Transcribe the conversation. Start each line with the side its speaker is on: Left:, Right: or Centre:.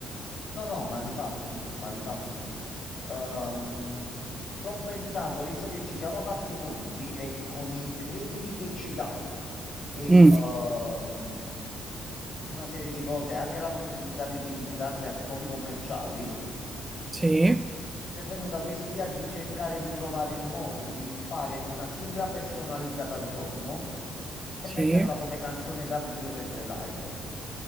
Left: No, no, ma di fatti, ma di fatti. Ehm, sto pensando, visto che ci siamo fatti i conti e con i crediti che ci dà e
Right: Mm,
Left: ehm, tutta una serie di cose, anche la possibilità di utilizzarle a scopi commerciali.
Right: Sì,
Left: C'è venuta quest'idea di cercare di trovare il modo di fare una sigla personalizzata al giorno e
Right: sì.
Left: metterla come canzone d'avvio per le live.